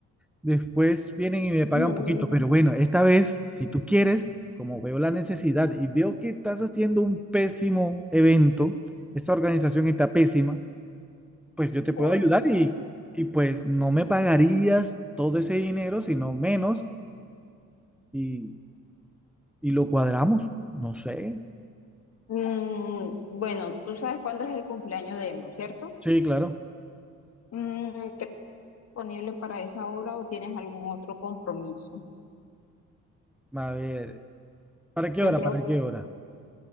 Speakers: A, in the centre; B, on the left.
A: después vienen y me pagan
B: No,
A: poquito, pero bueno, esta vez, si tú quieres, como veo la necesidad y veo que estás haciendo un pésimo evento, esta organización está pésima, pues yo te
B: por...
A: puedo ayudar y, y pues no me pagarías todo ese dinero, sino menos y, y lo cuadramos. No sé.
B: Mm, bueno, tú sabes cuándo es el cumpleaños de Emma, ¿cierto?
A: Sí, claro.
B: Mm, ¿qué- disponible para esa hora o tienes algún otro compromiso?
A: A ver, ¿para qué
B: Yo
A: hora?
B: creo
A: ¿Para qué hora?